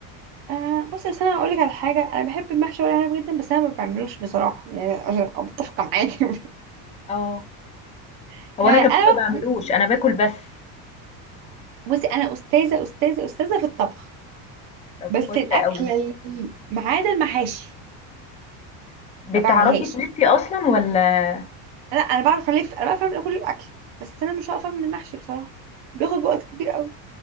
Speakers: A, on the right (about 55°); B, on the left (about 15°).
A: آه بصي بس انا اقول لك على حاجه انا بحب المحشي ورق عنب جدا بس انا ما بعملوش بصراحه يعني عشان ابقى متفقه معاكي
B: اه
A: <laughs>
B: هو
A: يعني
B: أنا كمان
A: انا
B: ما بعملوش
A: بب...
B: أنا باكل بس
A: بصي انا استاذه استاذه استاذه في الطبخ
B: طب
A: بس
B: فل
A: الاكله
B: قوي مم.
A: اللي ما عدا المحاشي
B: بتعرفي
A: ما بعملهاش
B: تلفي اصلا ولا
A: انا انا بعرف الف انا بعرف اعمل كل الاكل بس انا مش هقف اعمل المحشي بصراحه بياخد وقت كبير قوي